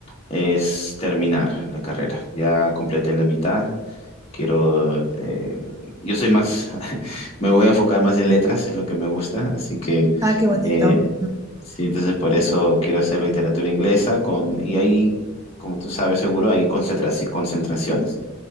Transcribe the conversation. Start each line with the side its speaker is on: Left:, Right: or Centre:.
Left: es terminar la carrera. Ya completé la mitad Quiero, eh, yo soy más, <laughs> me voy a enfocar más en letras, es lo que me gusta, así que
Right: Ah, qué bonito.
Left: eh, sí, entonces por eso quiero hacer literatura inglesa con, y ahí, como tú sabes seguro, hay concentraci- concentraciones.